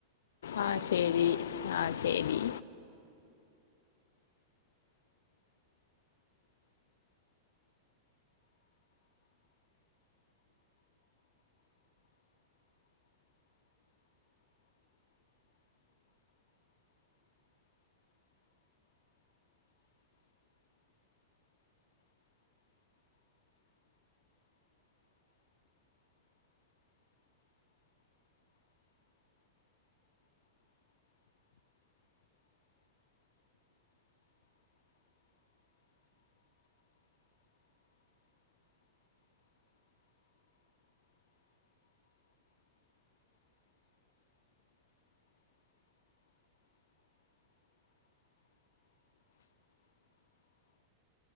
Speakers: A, on the right (about 75°); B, on the left (about 60°).
A: ஒரே
B: ஆ
A: ஒர்
B: சரி
A: நிமிஷொ
B: ஆ சரி